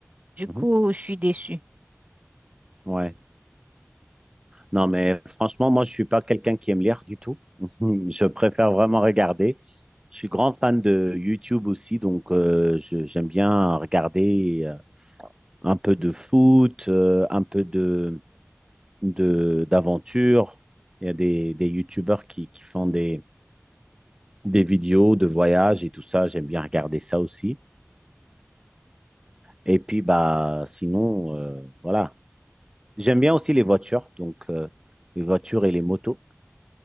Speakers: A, on the right; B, on the right.
A: Du
B: Mhm.
A: coup, je suis déçue.
B: Ouais. Non, mais franchement, moi, je suis pas quelqu'un qui aime lire du tout. <laughs> Je préfère vraiment regarder. Je suis grand fan de YouTube aussi, donc euh, je- j'aime bien regarder euh, un peu de foot, euh, un peu de, de, d'aventure. Il y a des, des YouTubeurs qui, qui font des, des vidéos de voyage et tout ça. J'aime bien regarder ça aussi. Et puis, bah, sinon, euh, voilà. J'aime bien aussi les voitures, donc euh, les voitures et les motos.